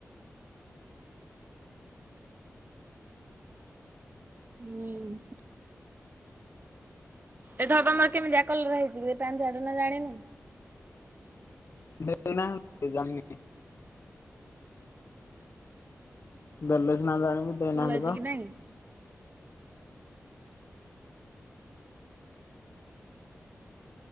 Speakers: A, on the right (about 35°); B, on the left (about 50°).
A: ହୁଁ। ଏଥର ତମର କେମିତିଆ କଲର ହେଇଛି କି ପେଣ୍ଟ, ସାଟେ ନା ଜାଣିନୁ?
B: ଦେ ନା ଜାିଲ <unintelligible> ଦେଲେ ସିନା ଜାଣିବୁ। ଦେଇନାହାନ୍ତି
A: ଭଲ ହେଇଛି
B: ପା
A: କି ନାଇଁ।